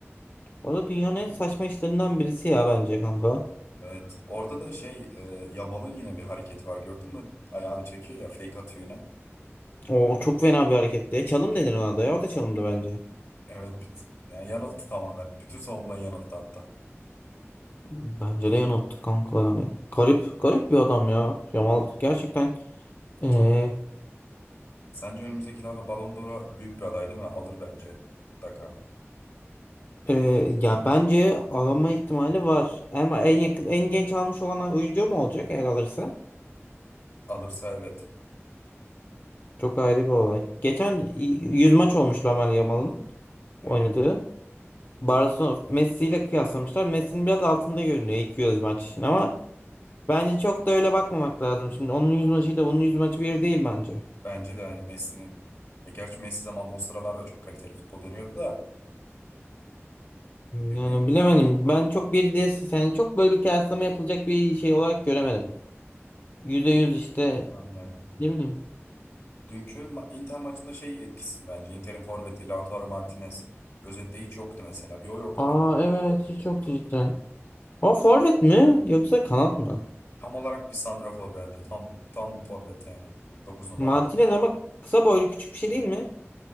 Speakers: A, on the left; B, on the left.
A: O da dünyanın en saçma işlerinden birisi ya bence kanka.
B: Evet. Orada da şey e, Yamal'ın yine bir hareketi var gördün mü? Ayağını çekiyor ya fake atıyor yine.
A: O çok fena bir hareketti ya. Çalım denir ona da ya. O da çalımdı bence.
B: Evet. bit- Yani yanılttı tamamen. Bütün savunmayı yanılttı hatta.
A: Bence de yanılttı kanka yani. Garip, garip bir adam ya. Yamal gerçekten eee,
B: Çok Sence önümüzdeki yıllarda Ballon d'Or'a büyük bir aday değil mi? Alır bence. Mutlaka.
A: eee, ya bence alama ihtimali var. Ama en yakın, en genç almış olan oyuncu mu olacak eğer alırsa?
B: Alırsa evet.
A: Çok ayrı bir olay. Geçen 100 maç olmuş Lamine Yamal'ın oynadığı.
B: Evet.
A: Barcelona Messi ile kıyaslamışlar. Messi'nin biraz altında görünüyor iki yüz maç için ama bence çok da öyle bakmamak lazım. Şimdi onun 100 maçıyla bunun 100 maçı bir değil bence.
B: Bence de hani Messi'nin E, gerçi Messi zaman o sıralarda çok kaliteli futbol dönüyordu da bilmiyorum.
A: Yani bilemedim. Ben çok bir diye yani çok böyle bir kıyaslama yapılacak bir şey olarak göremedim. Yüzde yüz işte
B: Aynen.
A: ne bileyim.
B: Dünkü ma- Inter maçında şey etkisizdi bence. Inter'in forveti Lautaro Martinez. Özetle hiç yoktu mesela. Bir o yoktu.
A: Aa evet hiç yoktu cidden. O forvet mi yoksa kanat mı?
B: Tam olarak bir santrafor bence. Tam tam forvet yani. dokuz numara.
A: Martinez ama kısa boylu küçük bir şey değil mi?